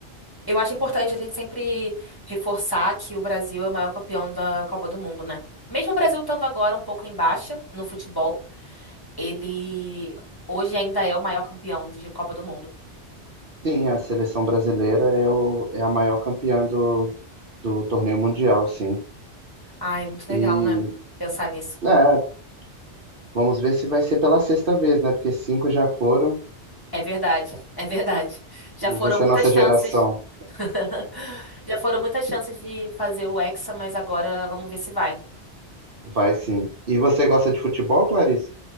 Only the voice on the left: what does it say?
Eu acho importante a gente sempre reforçar que o Brasil é o maior campeão da Copa do Mundo, né? Mesmo o Brasil estando agora um pouco em baixa no futebol, ele hoje ainda é o maior campeão de Copa do Mundo.
Ai, muito legal,
né? Pensar nisso.
É verdade, é verdade. Já
foram
muitas
chances.
<laughs> Já foram muitas chances de fazer o Hexa, mas agora vamos ver se vai.